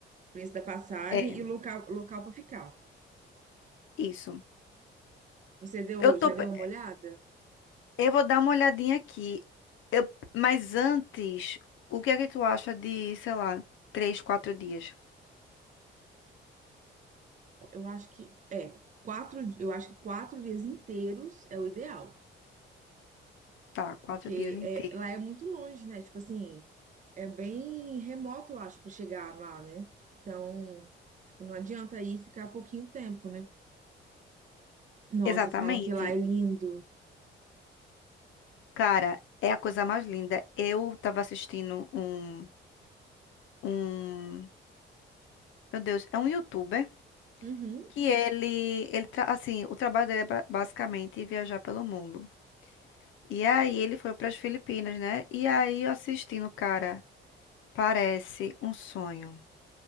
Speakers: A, on the right; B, on the left.
A: preço da passagem
B: É.
A: e o local, local para ficar.
B: Isso.
A: Você deu,
B: Eu tô,
A: já
B: pe-
A: deu uma olhada?
B: eu vou dar uma olhadinha aqui, mas antes, o que é que tu acha de, sei lá, três, quatro dias?
A: Eu acho que é quatro, di- eu acho que quatro dias inteiros é o ideal,
B: Tá, quatro
A: porque
B: dias inteiros.
A: é, lá é muito longe, né? Tipo assim, é bem remoto, eu acho, para chegar lá, né? Então, tipo, não adianta aí ficar pouquinho tempo, né? Nossa,
B: Exatamente.
A: falam que lá é lindo.
B: Cara, é a coisa mais linda. Eu tava assistindo um, um, meu Deus, é um youtuber.
A: Uhum.
B: que ele, ele tra- assim, o trabalho dele é ba- basicamente viajar pelo mundo. E aí ele foi para as Filipinas, né? E aí eu assistindo, cara, parece um sonho.